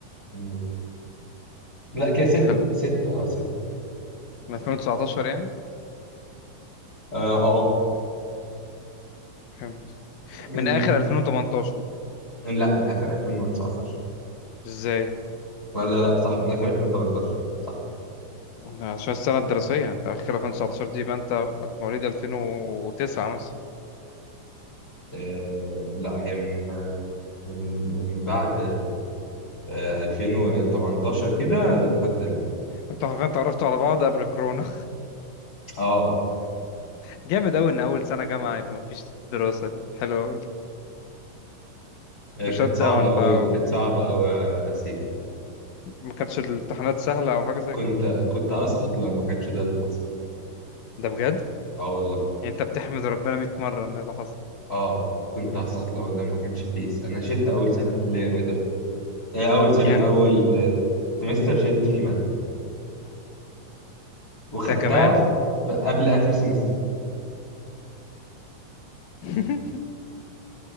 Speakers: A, on the left (about 30°); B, on the left (about 80°).
A: مم. لا كده ستة
B: حلو
A: ستة أه ستة
B: من 2019 يعني
A: أه آه، آه.
B: فهمت
A: من
B: من اخر 2018
A: لا من آخر 2019
B: ازاي
A: ولا لا صح من آخر 2018 صح
B: ده عشان السنه الدراسيه انت اخر 2019 دي يبقى انت في مواليد 2009 مثلا
A: أه لا هي من من, من بعد أه 2018 كده لحد دلوقتي
B: انتوا عارفين اتعرفتوا على بعض قبل الكورونا
A: أه
B: <laughs> جامد قوي ان اول سنه جامعه يبقى مفيش دراسه دي حلوه قوي
A: آه،
B: وشات
A: كانت صعبة
B: داون
A: أوي
B: بقى و-
A: كانت صعبة أوي يا سيف
B: ما كانتش الامتحانات سهله او حاجه زي
A: كنت
B: كده
A: كنت هسقط لو ما كانش ده اللي حصل
B: ده بجد
A: أه والله
B: يعني انت بتحمد ربنا 100 مره ان ده حصل
A: أه آه، كنت هسقط لو ده ما كانش كيس أنا شلت أول سنة كلية إيه، اول سوري
B: يعني
A: اول آه، سمستر شلت فيه ماده وخدتها
B: ده كمان
A: في- قبل اخر سمستر
B: <laughs>